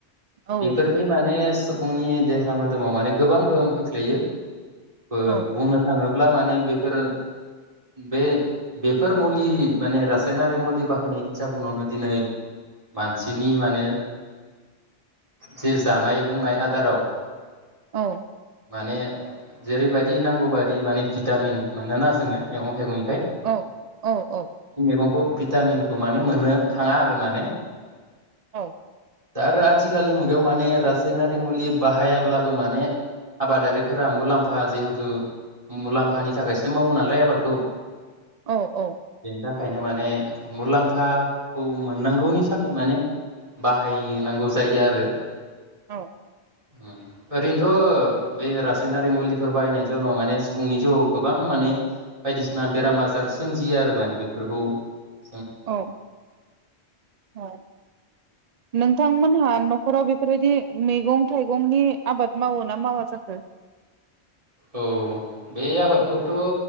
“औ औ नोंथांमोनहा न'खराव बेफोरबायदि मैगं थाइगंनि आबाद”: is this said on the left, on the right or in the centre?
Right